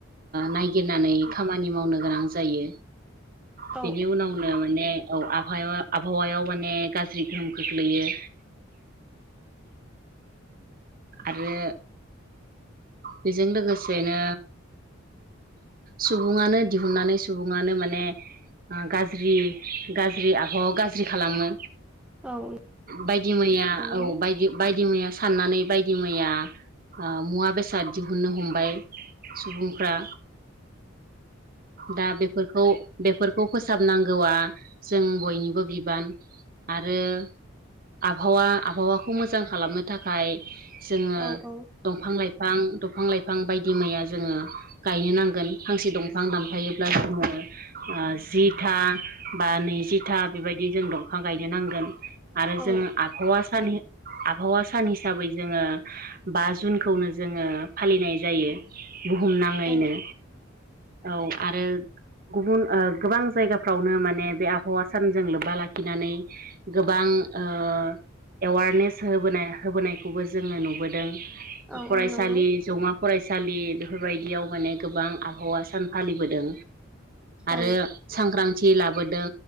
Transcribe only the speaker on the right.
नायगिरनानै खामानि मावनो गोनां जायो। बेनि
उनावनो माने औ आहायाव आबहावायाव माने गाज्रि गोहोम खोख्लैयो। आरो बेजों लोगोसेनो सुबुङानो दिहुननानै सुबुङानो माने गाज्रि गाज्रि आबहावा गाज्रि खालामो।
बायदि मैया
औ बायदि बायदि मैया सन्नानै बायदि मैया मुवा बेसाद बेसाद दिहुननो हमबाय सुबुंफ्रा। दा बेफोरखौ बेफोरखौ फोसाबनांगौआ जों बयनिबो बिबान आरो आबहावा आबहावाखौ मोजां खालामनो थाखाय जोङो
दंफां लाइफां दंफां लाइफां बायदि मैया जोङो गायनो नांगोन फांसे दं फां दानफायोब्ला जोङो ओ जिथा बा नैजिथा बेबायदि जों दंफां गायनो नांगोन। आरो
जों आबहावा सान आबहावा सान हिसाबै जोङो बा जुनखौनो जोङो फालिनाय जायो बुहुम नाङैनो।
औ आरो गुबुन ओ गोबां जायगाफ्रावनो माने बे आबहावा सानजों लोब्बा लाखिनानै गोबां ओ एवारनेस होबोनाय होबोनायखौबो जोङो नुबोदों।
फरायसालि
जौमा फरायसालि बेफोरबायदियाव माने गोबां आबहावा सा सान फालिबोदों आरो
सांग्रां थि लाबोदों